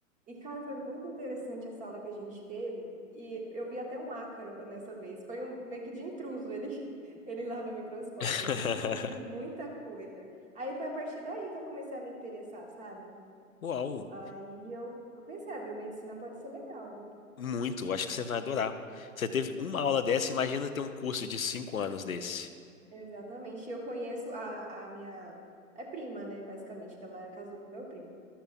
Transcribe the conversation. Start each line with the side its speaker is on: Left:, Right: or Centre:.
Right: E, cara, foi muito interessante essa aula que a gente teve. E eu vi até um ácaro nessa vez. Foi um meio que de intruso ele, <laughs> ele lá no microscópio.
Left: <laughs>
Right: A gente viu muita coisa. Aí foi a partir daí que eu comecei a me interessar, sabe?
Left: Uau,
Right: Aí eu, eu pensei, a biomedicina pode ser legal, né?
Left: muito. Acho que você vai adorar. Você teve uma aula dessa, imagina ter um curso de cinco anos desse.
Right: Exatamente. E eu conheço a, a minha. É prima, né? Basicamente, que ela casou com meu primo.